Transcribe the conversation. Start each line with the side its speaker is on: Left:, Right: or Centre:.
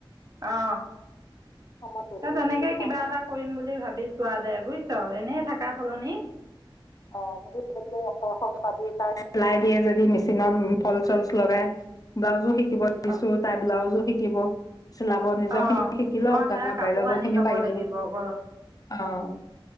Right: অ
Left: সময়ত দহি
Right: এ
Left: বতি
Right: তেনেকে
Left: দিবি
Right: কিবা
Left: মানুহক
Right: এটা কৰিম বুলি ভাবিছো। চোৱা দে বুজিছ এনেই থকা সলনি।
Left: অহ <unintelligible> প চিলাই দিয়ে যদি মেচিনত ফল চলচ লগাই ব্লাউজো শ- শিলাব দিছো
Right: অ'
Left: তাই ব্লাজ শিকিব চিলাব নিজৰ
Right: অ'
Left: খিনি শিকি লওক
Right: মই
Left: তাৰপা
Right: সেয়া কাপোৰ
Left: বেলেগৰ
Right: আনি
Left: খিনিও
Right: ল'ব
Left: পাৰি
Right: লাগিব আকৌ
Left: অ-